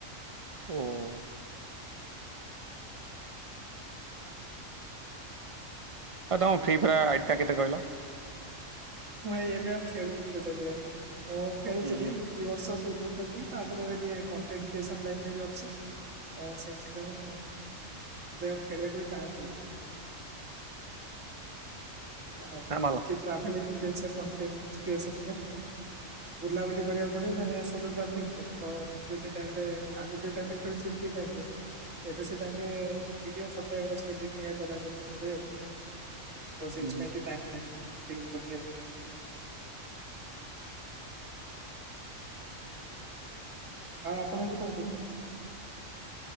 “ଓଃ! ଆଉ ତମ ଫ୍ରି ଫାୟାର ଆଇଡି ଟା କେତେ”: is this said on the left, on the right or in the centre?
Right